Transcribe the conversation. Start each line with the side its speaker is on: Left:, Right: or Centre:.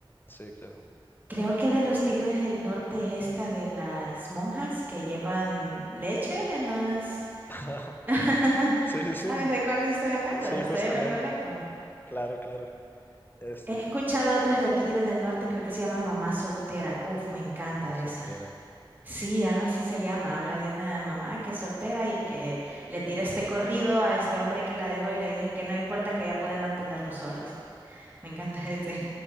Left: Sí, claro.
Right: Creo que de los Tigres del Norte es esta de las monjas que llevan leche en las...
Left: <laughs>
Right: <laughs>
Left: Sí, sí,
Right: ¿Sabes
Left: sí.
Right: de cuáles estoy hablando?
Left: Sí,
Right: Estoy
Left: justamente.
Right: en lo correcto.
Left: Claro, claro. Este,
Right: He escuchado otras de Tigre del Norte, creo que se llama Mamá Soltera. Uf, me encanta
Left: la soltera.
Right: esa. Sí, algo así se llama. Habla de una mamá que es soltera y que le tira este corrido a este hombre que la dejó y le dije que no importa que ella puede mantenerlos solos. Me encanta este.